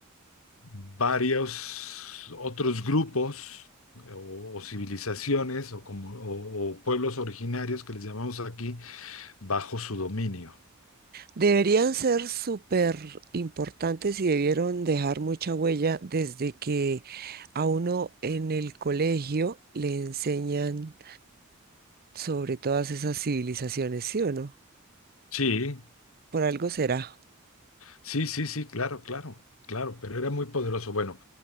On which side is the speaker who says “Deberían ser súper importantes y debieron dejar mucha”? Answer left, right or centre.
Right